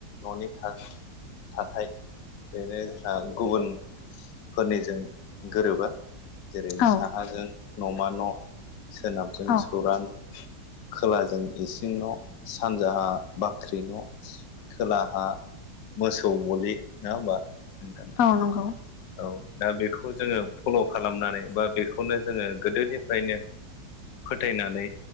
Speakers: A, on the left; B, on the left.
A: न'नि थाथाय बेनो जोंहा गुबुन फोरनिजों गोरोबा जेरै
B: औ
A: साहाजों न' मा न' सोनाबजों
B: औ
A: सौरा न' खोलाजों इसिं न' सानजाहा बाख्रि न' खोलाहा मोसौ गलि नंङा होमबा नोंथां
B: औ नंगौ।
A: औव दा बेखौ जोंङो फल खालामनानै बा बेखौनो जोंङो गोदोनिफ्रायनो फोथायनानै